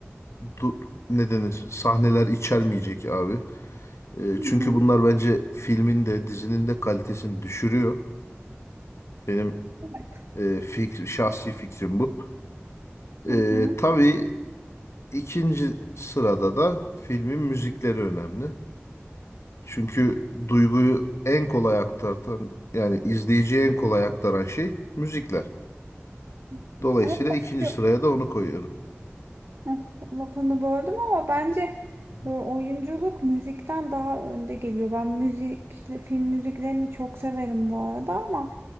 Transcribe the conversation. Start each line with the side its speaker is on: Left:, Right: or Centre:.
Left: du- ne denir sahneler içermeyecek abi. E,
Right: hı
Left: çünkü
Right: hı.
Left: bunlar bence filmin de dizinin de kalitesini düşürüyor. Benim
Right: Evet.
Left: e, fikri- şahsi fikrim bu.
Right: Hı
Left: E,
Right: hı.
Left: tabii İkinci sırada da filmin müzikleri önemli. Çünkü duyguyu en kolay aktartan yani izleyiciye en kolay aktaran şey müzikler.
Right: hı hı.
Left: Dolayısıyla
Right: Ama
Left: ikinci
Right: bence
Left: sıraya da onu koyuyorum.
Right: Hı, lafını böldüm ama bence
Left: Hı hı.
Right: e, oyunculuk müzikten daha önde geliyor. Ben müzik, işte film müziklerini çok severim bu arada ama